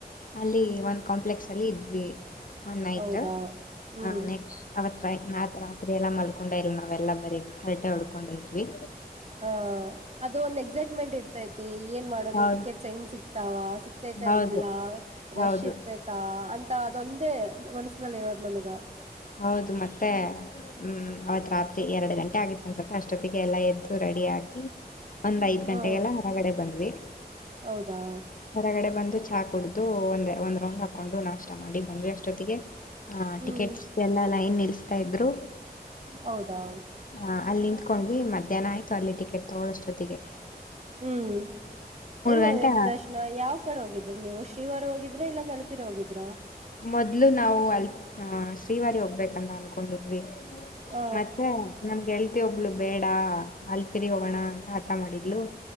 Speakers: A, on the left; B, on the right.
A: ಅಲ್ಲಿ ಒಂದ್ ಕಾಂಪ್ಲೆಕ್ಸ್ ಅಲ್ಲಿ ಇದ್ವಿ ಒಂದ ನೈಟ್
B: ಹೌದಾ ಹ್ಮ್
A: ಆ ನೆಕ್ಸ್ಟ್ ಅವತ್ರ ನಾತ್ ರಾತ್ರಿ ಎಲ್ಲ ಮಲ್ ಕೊಂಡ ಇಲ್ಲ ನಾವೆಲ್ಲ ಬರೀ ಹರಟೆ ಉಡ್ಕೊಂಡೈತ್್ವಿ
B: ಹ ಅದು ಒಂದ್ ಎಕ್ಸೈಟ್ಮೆಂಟ್ ಇರ್ತೈತಿ ಏನ್ ಮಾಡೋದು
A: ಹೌದ್
B: ಟಿಕೆಟ್ಸ್ ಹೆಂಗ್ ಸಿಕ್ತಾವ ಸಿಗ್ತೇತ
A: ಹೌದು
B: ಇಲ್ಲ ರಶ್
A: ಹೌದು.
B: ಇರ್ತೈತ ಅಂತ ತ ಅದೊಂದೇ ಮನಸ್ಸಿನಲ್ಲಿ ಇರೋದು ನಮಗ
A: ಹೌದು ಮತ್ತೆ ಹ್ಮ್ ಅವತ್ ರಾತ್ರಿ ಎರಡು ಗಂಟೆ ಆಗಿತ್ತ ಅನ್ಸತ ಅಷ್ಟೊತ್ತಿಗೆ ಎಲ್ಲ ಎದ್ದು ರೆಡಿ ಆಗಿ ಒಂದ್ ಐದ್
B: ಹಾ
A: ಗಂಟೆಗೆಲ್ಲ ಹೊರಗಡೆ ಬಂದ್ವಿ
B: ಹೌದಾ
A: ಕೆಳಗಡೆ ಬಂದು ಚಾ ಕುಡಿದು ಒಂದ್ ಒಂದ್ ರೌಂಡ್ ಹಾಕೊಂಡು ನಾಷ್ಟ ಮಾಡಿ ಬಂದ್ವಿ ಅಷ್ಟೊತ್ತಿಗೆ ಹಾ
B: ಹ್ಮ್
A: ಟಿಕೆಟ್ಸ್ಗೆಲ್ಲಾ ಲೈನ್ ನಿಲ್ಸ್ತಾ ಇದ್ರು
B: ಹೌದಾ
A: ಹ ಅಲ್ಲಿ ನಿಂತ್ಕೊಂಡು ಭವಿ ಮಧ್ಯಾಹ್ನ ಆಯಿತು ಅಲ್ಲಿ ಟಿಕೆಟ್ ತೊಗೊಳ್ಳೋಷ್ಟೊತ್ತಿಗೆ
B: ಹ್ಮ್ ಹೆಂಗಾಗೈತಿ
A: ಗಂಟೆ
B: ದರ್ಶನ ಯಾವ್ ಕಡೆ ಹೋಗಿದ್ರರಿ ನೀವು ಶ್ರೀವಾರ ಹೋಗಿದಿ ಇದ್ರ ಇದ ನಲುಪೀರಿ ಹೋಗಿದ್ರಾ
A: ಮೊದ್ಲು ನಾವು ಅಲ್ ಶ್ರೀವಾರಿ ಹೋಗ್ಬೇಕಂತ ಅನ್ಕೊಂಡಿದ್ವಿ
B: ಹ
A: ಮತ್ತೆ ನಮ ಳ್ತಿ ಒಬ್ಳು ಬೇಡ ಅಲ್ಪಿರಿ ಹೋಗೋಣ ಅಂತ ಆರ್ಥ ಮಾಡ್ಲು